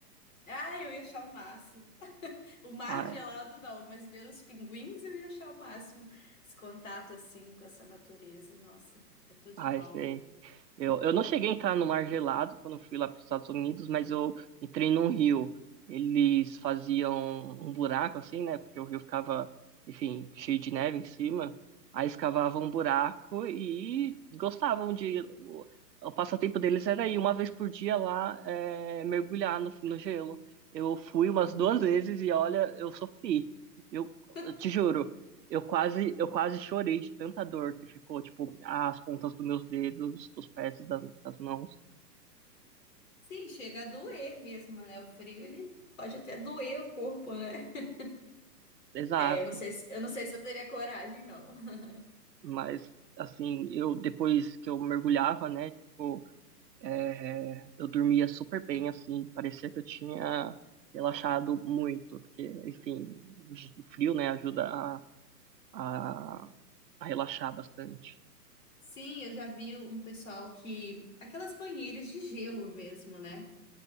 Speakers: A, on the left (about 50°); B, on the right (about 85°).
A: Ah, eu ia achar o máximo. O mar
B: Ah,
A: gelado não, mas ver os pinguins eu ia achar o máximo. Esse contato assim com essa natureza, nossa, é tudo
B: Ai,
A: de bom,
B: sei.
A: né?
B: Eu, eu não cheguei a entrar no mar gelado quando eu fui lá para os Estados Unidos, mas eu entrei num rio. Eles faziam um buraco assim, né? Porque o rio ficava, enfim, cheio de neve em cima. Aí escavavam um buraco e gostavam de. O, o passatempo deles era ir uma vez por dia lá é, mergulhar no, no gelo. Eu fui umas duas vezes e olha, eu sofri. Eu,
A: <laughs>
B: eu te juro. Eu quase, eu quase chorei de tanta dor que ficou, tipo, as pontas dos meus dedos, dos pés e das, das mãos.
A: Sim, chega a doer mesmo, né? O frio ele pode até doer o corpo, né? <laughs>
B: Exato.
A: É, eu não sei se, eu não sei se eu teria coragem, não. <laughs>
B: Mas, assim, eu depois que eu mergulhava, né, tipo, é, eu dormia super bem, assim, parecia que eu tinha relaxado muito, porque, enfim, o gi- o frio, né, ajuda a, a, a relaxar bastante.
A: Sim, eu já vi um pessoal que aquelas banheiras de gelo mesmo, né?